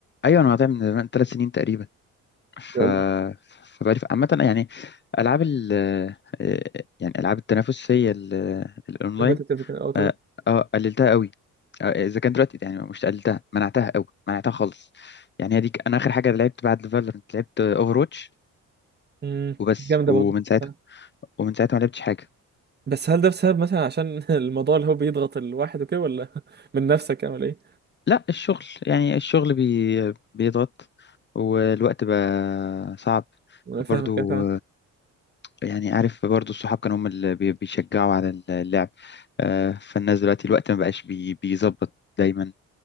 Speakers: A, on the left (about 35°); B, on the right (about 35°).
A: ايوه انا قاطع من ثلاث سنين تقريبا ف
B: يا الله
A: فبقى عامة يعني ألعاب ال آه، يعني ألعاب التنافسية ال- الأونلاين
B: كومبتيتيف كده اه تمام
A: اه آه، قللتها قوي آه، إذا كان دلوقتي يعني مش قللتها منعتها قوي منعتها خالص يعني هي دي أنا آخر حاجة لعبت بعد فالورنت لعبت أوفر واتش
B: أمم،
A: وبس
B: جامده
A: ومن
B: برضه
A: ساعتها
B: آه.
A: ومن ساعتها ما لعبتش حاجة
B: بس هل ده بسبب مثلا عشان <laughs> الموضوع اللي هو بيضغط الواحد وكده ولا <laughs> من نفسك او ولا ايه؟
A: لا الشغل يعني الشغل بي بيضغط والوقت بقى صعب
B: انا
A: برضو
B: فاهمك يا فاهم
A: يعني عارف برضو الصحاب كانوا هم اللي بي- بيشجعوا على اللعب آه، فالناس دلوقتي الوقت ما بقاش بي- بيظبط دايما